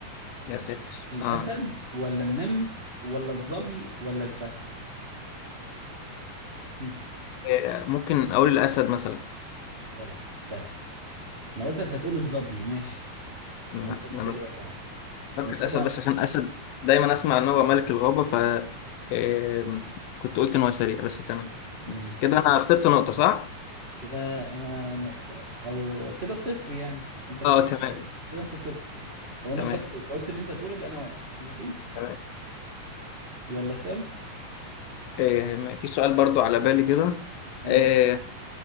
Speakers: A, on the left (about 85°); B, on the right (about 75°).
A: يا ساتر
B: الأسد
A: اه
B: ولا النمر ولا الظبي ولا الفهد هم،
A: آه، ممكن اقول الاسد مثلا
B: غلط الفهد انا قلت انت هتقول الظبي ماشي
A: لا
B: انا الظبي
A: انا
B: سريع كمان
A: فاكر
B: مش
A: الاسد
B: كده
A: بس عشان اسد دايما اسمع ان هو ملك الغابة ف آه، كنت قلت ان هو سريع بس تمام
B: مش
A: كده انا اخترت نقطة صح
B: كده انا نقطة او كده صفر يعني انت لو
A: اه
B: كنت
A: تمام
B: جاوبت كده انت صفر لو انا
A: تمام
B: خدت جاوبت اللي انت هتقوله يبقى انا واحد ماشي
A: تمام
B: يلا سام
A: آه، في سؤال برضو على بالي كده
B: امم
A: آه،